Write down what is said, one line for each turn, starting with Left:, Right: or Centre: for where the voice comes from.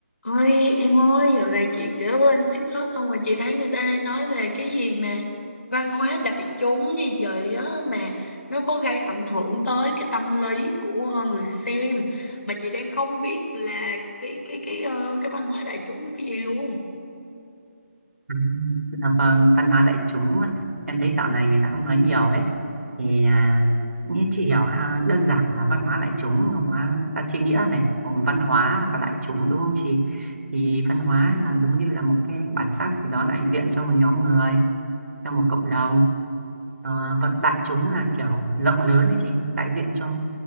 Left: Ôi em ơi, dạo này chị kiểu lên TikTok xong rồi chị thấy người ta đang nói về cái gì mà văn hóa đại chúng gì vậy á mà nó có gây ảnh hưởng tới cái tâm lý của ờ, người xem mà chị đang không biết là cái cái cái ờ, cái văn hóa đại chúng là cái gì luôn.
Right: Ừ, Dạ vâng, văn hóa đại chúng em thấy dạo này người ta cũng nói nhiều đấy thì à, như chị hiểu ha, đơn giản là văn hóa đại chúng nó hóa ta chia nghĩa này gồm văn hóa và đại chúng đúng không chị thì văn hóa là giống như là một cái bản sắc gì đó đại diện cho một nhóm người cho một cộng đồng Ờ, và đại chúng là kiểu rộng lớn đấy chị đại diện cho